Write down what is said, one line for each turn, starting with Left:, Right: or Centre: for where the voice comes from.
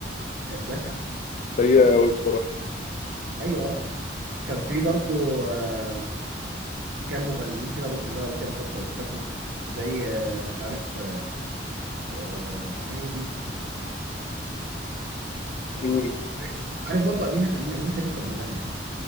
Right: كانت بشعه
Left: سيئه قوي بصراحه
Right: ايوه آه. كان في برضو آه، كام مغنيين كده برضو ظهروا كده فتره واختفوا زي آه، مش عارف آه، اسمها ايه دي
Left: مين
Right: مش فاكر عارف برضو امين خليل امين خليل كانت بتغني